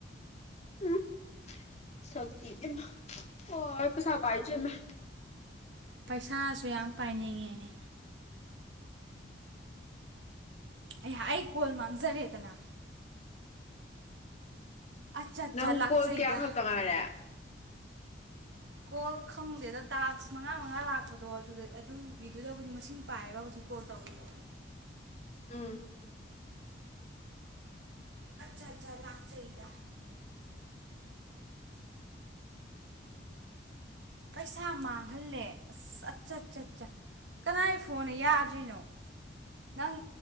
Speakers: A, on the left; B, on the right.
A: ꯎꯝ ꯁꯛꯀꯤꯗꯤ ꯑꯣꯔ ꯄꯩꯁꯥ ꯄꯥꯏꯖꯦ ꯃ
B: ꯄꯩꯁꯥꯁꯨ ꯌꯥꯝ ꯄꯥꯏꯅꯤꯡꯉꯤ ꯑꯩꯍꯥꯛ ꯑꯩ ꯀꯣꯜ ꯃꯥꯡꯖꯔꯦꯗꯅ ꯑꯠꯆꯥ ꯑꯠꯆꯥ
A: ꯅꯪ
B: ꯂꯥꯛꯆꯩꯗ
A: ꯀꯣꯜ ꯀꯌꯥ ꯈꯛꯇꯪ ꯉꯥꯏꯔꯦ
B: ꯀꯣꯜ ꯈꯪꯗ꯭ꯔꯦꯗ ꯇꯥꯛꯁ ꯃꯉꯥ ꯃꯉꯥ ꯂꯥꯛꯄꯗꯣꯗ ꯑꯗꯨꯒꯤꯗꯨꯗꯕꯨꯗꯤ ꯃꯁꯤꯡ ꯄꯥꯏꯌꯦꯕ ꯍꯧꯖꯤꯛ ꯀꯣꯜ ꯇꯧꯔꯤꯗ
A: ꯎꯝ
B: ꯑꯆꯥ ꯑꯆꯥ ꯂꯥꯛꯆꯩꯗ ꯄꯩꯁꯥ ꯃꯥꯡꯍꯜꯂꯦ ꯑꯁ ꯑꯠ ꯆꯠ ꯆꯠ ꯀꯅꯥꯏ ꯐꯣꯟꯅ ꯌꯥꯗ꯭ꯔꯤꯅꯣ ꯅꯪ